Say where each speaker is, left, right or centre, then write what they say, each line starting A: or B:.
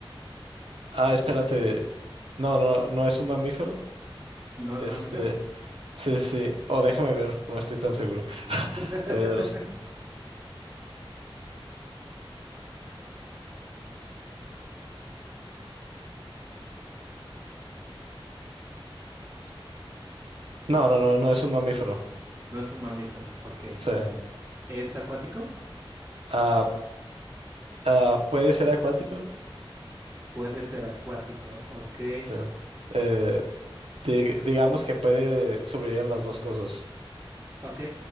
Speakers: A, on the right; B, on the right.
A: Ah, espérate, no, no, no es un mamífero,
B: ¿No
A: este,
B: es mamífero?
A: sí, sí, sí, o déjame ver, no estoy tan seguro.
B: <laughs>
A: A ver, no, no, no, no es un mamífero,
B: No es un mamífero. Ok,
A: sí.
B: vale. ¿Es acuático?
A: Ah, ah, ¿puede ser acuático?
B: Puede ser acuático. Ok,
A: Sí. Eh, di- digamos que puede sobrevivir en las dos cosas.
B: ok,